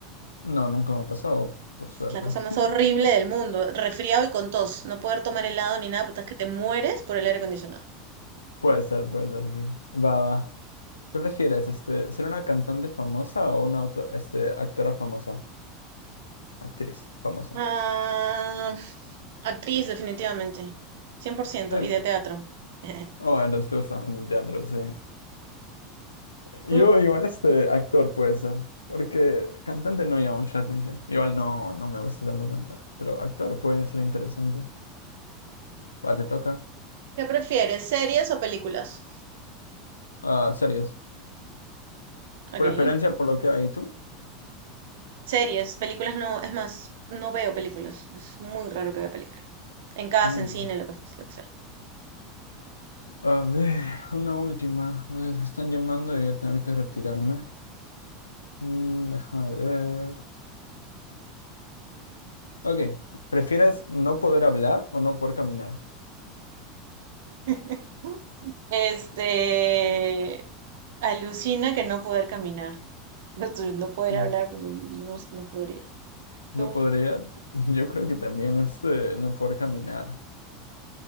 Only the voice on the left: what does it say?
No, nunca me han pasado, por suerte.
<laughs>
Puede ser, puede ser, sí. Va, va. ¿Qué prefieres, este, ser una cantante famosa o una auto- este, actora famosa? Actriz famosa.
Sí.
Oh, entonces tú estás en el teatro, sí. Yo
igual este actor puede ser, porque cantante no llama mucha atención. Igual no, no me gusta tanto cantar, pero actor puede ser interesante. Va, te toca.
Ah, series.
¿Preferencia por lo que hay tú?
Mm.
A ver, una última. Me están llamando y voy a tener que retirarme. Mm, déjame ver. Ok, ¿prefieres no poder hablar o no poder caminar?
Sí.
No
podrías. <laughs> Yo creo que también este, no poder caminar.